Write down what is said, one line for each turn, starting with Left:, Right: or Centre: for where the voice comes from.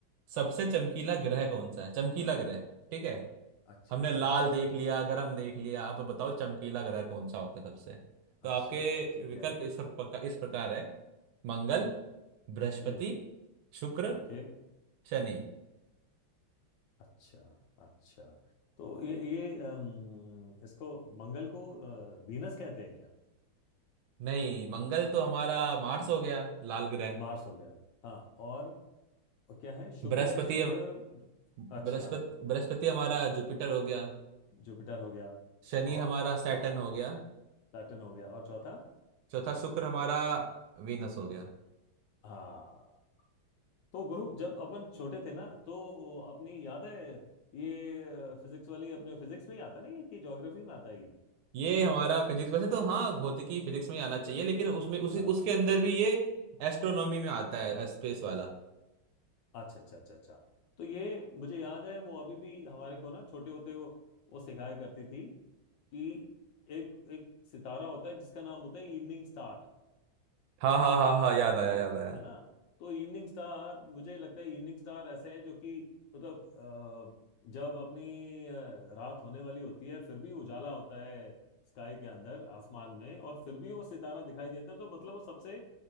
Right: सबसे चमकीला ग्रह कौन सा है चमकीला ग्रह ठीक है
Left: अच्छा
Right: हमने लाल
Left: अच्छा
Right: देख लिया गरम देख लिया आप बताओ चमकीला ग्रह कौन सा होता है सबसे तो
Left: अच्छा
Right: आपके
Left: ठीक
Right: विकल्प
Left: है
Right: इस प्रकार इस प्रकार है मंगल
Left: हम्म
Right: बृहस्पति
Left: हम्म
Right: शुक्र
Left: ओके
Right: शनि
Left: अच्छा अच्छा तो ये ये अम, इसको मंगल को अ, वीनस कहते हैं क्या
Right: नहीं मंगल तो हमारा मार्स हो गया लाल ग्रह
Left: मार्स हो गया हाँ और और क्या है शुक्र
Right: बृहस्पति
Left: शुक्र
Right: बृहस्पति
Left: अच्छा
Right: बृहस्पति हमारा जुपिटर हो गया
Left: जुपिटर हो गया
Right: शनि
Left: और
Right: हमारा सैटर्न हो गया
Left: सैटर्न हो गया और चौथा
Right: चौथा शुक्र हमारा वीनस हो गया
Left: हाँ तो गुरु जब अपन छोटे थे ना तो अपनी याद है ये फिजिक्स वाली अपने फिजिक्स में ही आता नहीं है कि ज्योग्राफी में आता है ये
Right: ये हमारा फिजिक्स वैसे तो हाँ भौतिकी फिजिक्स में ही आना चाहिए लेकिन उसमें उसी
Left: हाँ
Right: उसके अंदर भी ये एस्ट्रोनॉमी में आता है स्पेस वाला
Left: अच्छा अच्छा अच्छा अच्छा तो ये मुझे याद है वो अभी भी हमारे को ना छोटे होते वो वो सिखाया करती थी कि एक एक सितारा होता है जिसका नाम होता है इवनिंग स्टार
Right: हाँ हाँ हाँ हाँ याद आया याद आया
Left: है ना तो इवनिंग स्टार मुझे लगता है इवनिंग स्टार ऐसे है जो कि मतलब अ, जब अपनी अ, रात होने वाली होती है फिर भी उजाला होता है स्काई के अंदर आसमान में और फिर भी वो सितारा दिखाई देता है तो मतलब वो सबसे